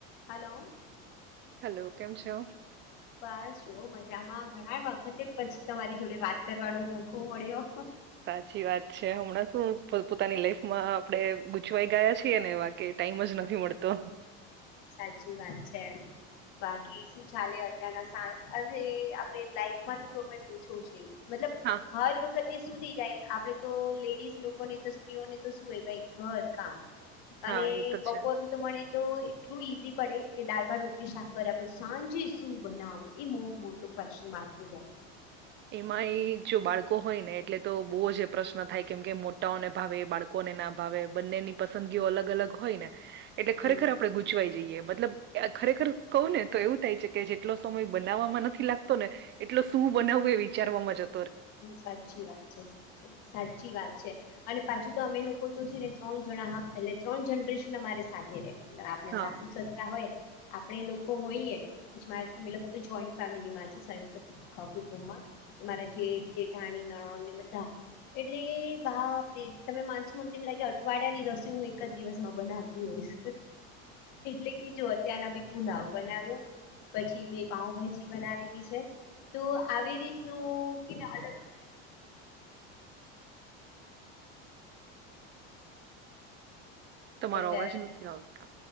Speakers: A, on the left (about 60°); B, on the right (about 35°).
A: હલો.
B: હલો કેમ છો?
A: બસ જો મજામાં ઘણા વખતે પછી તમારી જોડે વાત કરવાનો મોકો મળ્યો.
B: સાચી વાત છે હમણાં શું પોતાની લાઈફમાં આપણે ગૂચવાઈ ગયા છીએ ને એવા કે ટાઈમ જ નથી મળતો.
A: સાચી વાત છે. બાકી શું ચાલે અત્યારના આ આપ લાઈફમાં તો અમે પૂછવુ છે મતલબ
B: હા.
A: હર વખતે સુું થઈ જાય આપડે તો લેડીઝ લોકોને તો સ્ત્રીઓને તો શું હો ભાઈ ઘર કામ અને
B: હા એ તો
A: બપોરનું
B: છે
A: તો મને તો એટલું ઈઝી પડે કે દાળ ભાત રોટલી શાક કરે પણ સાંજે શું બનાવું એ બઉ મોટું પશ્ચિમ આખે જાય.
B: એમાં એ જો બાળકો હોય ને એટલે તો બહુ જ પ્રશ્નોન થાય કેમ કે મોટાઓને ભાવે એ બાળકો લોકોને ના ભાવે બંનેની પસંદગીઓ અલગ અલગ હોય ને એટલે ખરેખર
A: હમ
B: આપણે ગૂચવાઈ જઈએ મતલબ ખરેખર કહું ને તો એવું થાય છે કે જેટલો સમય બનાવવામાં નથી લાગતો ને એટલો શું બનાવવું એ વિચારવાવામાં જ
A: સાચી વાત છે સાચી સાચી વાત છે. અને પાછું તો અમે લોકો તો છે ને ત્રણ જણા એટલે ત્રણ જનરેશન અમારે સાથે રહે એટલે આપડે
B: હા
A: સાસુસ રા હોય આપણે લોકો હોઈએ અમે જોઈન્ટ ફેમિલી માં સયુંકત કુટુંબમાં મારા જેઠ જેઠાણી નણંદ ને બધા એટલે બા આપે તમે માનસો મને એમ લાગે અઠવાડિયા ની રસી હું એક જ દિવસમાં બનાવતી હોઈશ એટલે કે જો અત્યારના બી પુલાવ બનાવ્યો. પછી મેં પાઉભાજી બનાવેલી છે તો આવી રીતનું કે અલગ અ
B: તમારો
A: એટલે
B: અવાજ નથી આવતો